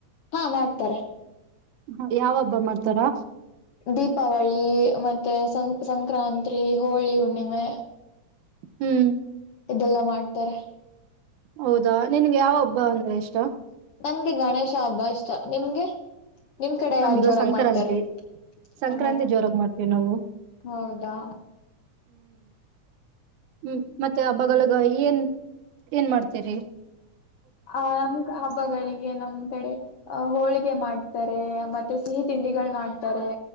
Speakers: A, on the left (about 65°); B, on the right (about 75°).
A: ಹಾ ಮಾಡ್ತಾರೆ
B: ಹ ಯಾವ ಹಬ್ಬ ಮಾಡ್ತಾರಾ
A: ದೀಪಾವಳಿ ಮತ್ತೆ ಸಂ ಸಂಕ್ರಾಂತಿ ಹೋಳಿ ಹುಣ್ಣಿಮೆ
B: ಹ್ಮ್
A: ಇದೆಲ್ಲಾ ಮಾಡ್ತಾರೆ
B: ಹೌದಾ ನಿನ್ಗೆ ಯಾವ ಹಬ್ಬ ಅಂದ್ರೆ ಇಷ್ಟ
A: ನನ್ಗೆ ಗಣೇಶ ಹಬ್ಬ ಇಷ್ಟ ನಿಮ್ಗೆ ನಿಮ ಕಡೆ
B: ನಮೀಗ
A: ಯಾವ ಜೋರಾಗ
B: ಸಂಕ್ರಾಂತಿ
A: ಮಾಡ್ತಾರೆ
B: ಸಂಕ್ರಾಂತಿ
A: ಓ
B: ಜೋರಾಗಿ ಮಾಡ್ತೀವಿ ನಾವು
A: ಹೌದಾ
B: ಹ್ಮ ಮತ್ತೆ ಹಬ್ಬಗಲಗ ಏನ್ ಏನ್ ಮಾಡ್ತರಿ
A: ಆ ನಮ್ ಹಬ್ಬಗಳಿಗೆ ನಮ ಕಡೆ ಹೋಳಿಗೆ ಮಾಡ್ತಾರೆ ಮತ್ತೆ ಸಿಹಿ ತಿಂಡಿಗಳು ಮಾಡ್ತಾರೆ